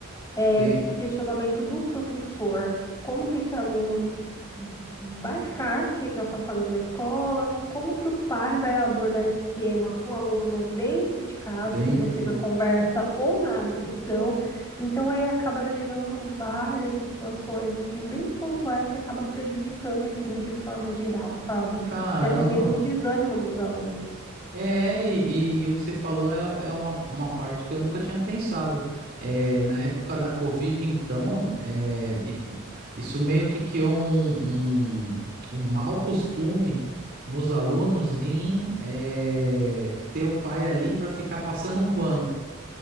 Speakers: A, on the left (about 15°); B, on the right (about 50°).
A: é,
B: tem,
A: esse questionamento do professor, como que esse aluno vai ficar sendo afastado da escola, como que o pai vai abordar esse tema com o aluno dentro de casa,
B: dentro
A: se vai ser
B: de...
A: na conversa ou na agressão. Então aí acaba gerando várias situações assim bem pontuais que acaba prejudicando o ensino de forma geral, sabe?
B: Caramba.
A: E até mesmo o desânimo dos alunos.
B: É, e, e o que você falou é, é uma, uma parte que eu nunca tinha pensado. É, na época da Covid, então, é, i- isso meio que criou um, um, um mau costume nos alunos em é, ter o pai ali para ficar passando um pano.